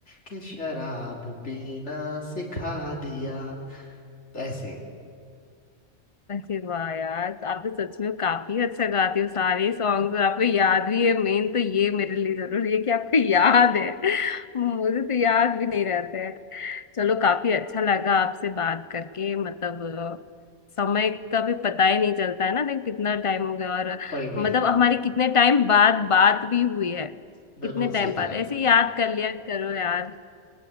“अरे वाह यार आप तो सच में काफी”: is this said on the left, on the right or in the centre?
Left